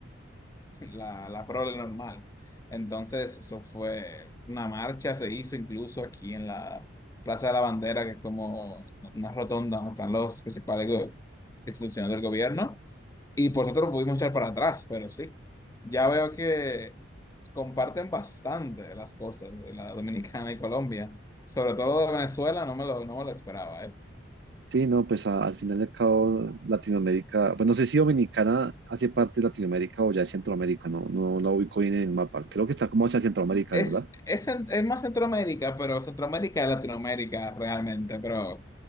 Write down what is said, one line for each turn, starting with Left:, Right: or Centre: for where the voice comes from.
Left: la, la prole normal. Entonces, eso fue una marcha, se hizo incluso aquí en la Plaza de la Bandera, que es como una rotonda donde están los principales go- instituciones del gobierno, y por nosotros pudimos echar para atrás, pero sí, ya veo que comparten bastante las cosas de la Dominicana y Colombia, sobre todo de Venezuela, no me lo, no me lo esperaba, ¿eh?
Right: Sí, no, pues a- al final y al cabo Latinoamérica, pues no sé si Dominicana hace parte de Latinoamérica o ya es Centroamérica, no, no la ubico bien en el mapa. Creo que está como hacia Centroamérica,
Left: Es,
Right: ¿verdad?
Left: es, en- es más Centroamérica, pero Centroamérica es Latinoamérica realmente, pero